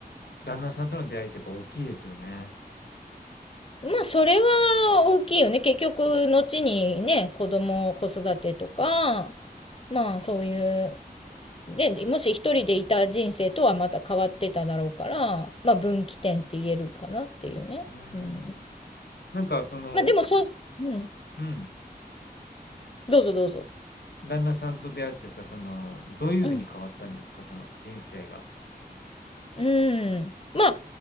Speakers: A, on the left; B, on the left.
A: 旦那さんとの出会いってやっぱ大きいですよね。
B: まあ、それは大きいよね。結局、後にね、子供、子育てとか、まあ、そういう、で、もし一人でいた人生とはまた変わってただろうから、まあ、分岐点って言えるかなっていうね。
A: うーん。
B: うん。
A: なんかその、
B: まあ、でも、そう、うん。
A: うん。
B: どうぞどうぞ。
A: 旦那さんと出会ってさ、その、どういうふうに変わったんですかその人生が。
B: うん。うん。まあ、